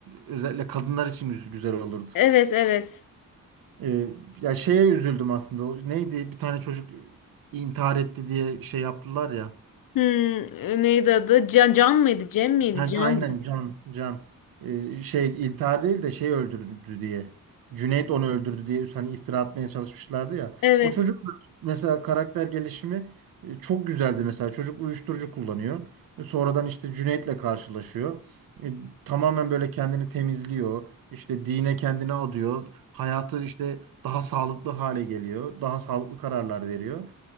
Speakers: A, on the right (about 85°); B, on the left (about 75°).
A: özellikle kadınlar için güz- güzel olurdu.
B: Evet evet.
A: Ee, ya şeye üzüldüm aslında. O neydi? Bir tane çocuk intihar etti diye şey yaptılar ya.
B: Hmm, neydi adı? Can, Can mıydı? Cem miydi?
A: Ha,
B: Can'dı.
A: aynen Can Can Ee, şey intihar değil de şey öldürdü diye Cüneyt onu öldürdü diye hani iftira atmaya çalışmışlardı ya
B: Evet.
A: o çocuk mesela karakter gelişimi e, çok güzeldi mesela çocuk uyuşturucu kullanıyor E, sonradan işte Cüneyt'le karşılaşıyor E, tamamen böyle kendini temizliyor işte dine kendini adıyor hayatı işte daha sağlıklı hale geliyor daha sağlıklı kararlar veriyor